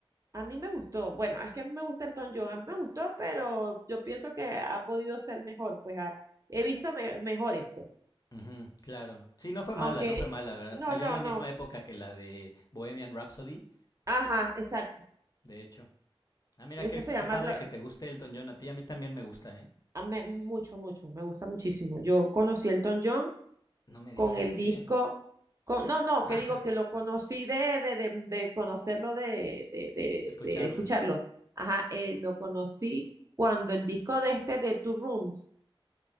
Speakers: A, on the right (about 35°); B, on the left (about 40°).
A: A mí me gustó, bueno, es que a mí me gusta el Tom John, a mí me gustó, pero yo pienso que ha podido ser mejor, pues ha- he visto me- mejores, pues.
B: Ujú, claro. Sí, no fue
A: Aunque,
B: mala, no fue mala, ¿verdad?
A: no,
B: Salió
A: no,
B: en la
A: no,
B: misma época que la de Bohemian Rhapsody,
A: ajá, exacto.
B: de hecho. Ah, mira,
A: Este
B: qué,
A: se llama,
B: qué padre
A: Ro-
B: que te guste Elton John. A ti, a mí también me gusta, ¿eh?
A: a me- mucho, mucho, me gusta muchísimo. Yo conocí el Tom John
B: No me
A: con
B: digas,
A: el
B: qué
A: disco,
B: bien.
A: con, no, no,
B: <laughs>
A: que
B: Ah,
A: digo que lo conocí de, de, de, de conocerlo, de, de, de,
B: escucharlo.
A: de- de escucharlo. Ajá, eh, lo conocí cuando el disco de este de Two Rooms.